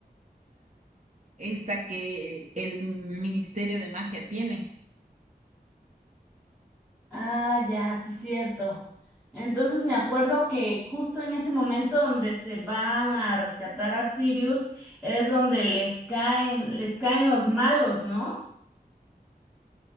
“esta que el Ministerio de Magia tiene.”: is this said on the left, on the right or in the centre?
Right